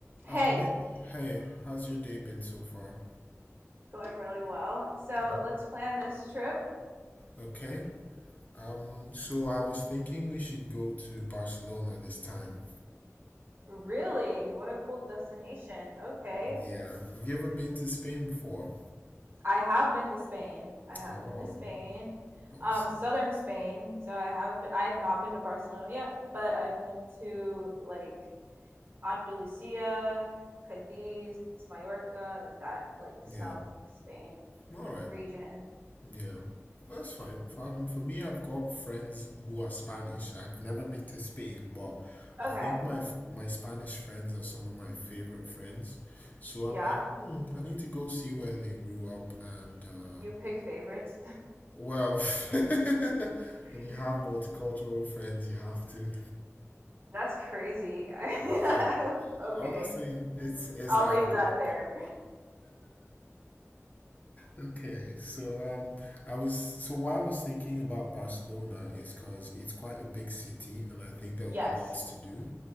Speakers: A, on the right (about 45°); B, on the left (about 30°).
A: Hey,
B: Um, hey, hey, how's your day been so far?
A: going really well. So
B: Mm.
A: let's plan this trip.
B: Okay. Um, so I was thinking we should go to Barcelona this time.
A: Really? What a cool destination. Okay.
B: Yeah. Have you ever been to Spain before?
A: I have been to Spain. I have
B: Oh,
A: been to Spain.
B: awesome.
A: Um, southern Spain. So I haven't been I have not been to Barcelona yet, but I've been to like Andalusia, Cadiz, Mallorca, like that, like South
B: Yeah.
A: Spain
B: All right.
A: region.
B: Yeah. That's fine. Um, for me, I've got friends who are Spanish. I've never been to Spain, but
A: Okay.
B: I think my my Spanish friends are some of my favorite friends. So I'm
A: Yeah.
B: like, hmm, I need to go see where they grew up and uh,
A: You pick favorites.
B: Well, <laughs>
A: <laughs>
B: when
A: Crazy.
B: you have multicultural friends, you have to.
A: That's crazy. <laughs> I
B: Yep.
A: would-
B: Honestly,
A: okay.
B: it's it's
A: I'll
B: like
A: leave
B: I've got.
A: that there.
B: Okay, so um, I was so why I was thinking about Barcelona is because it's quite a big city, and I think there
A: <laughs>
B: would
A: yes,
B: be lots to do.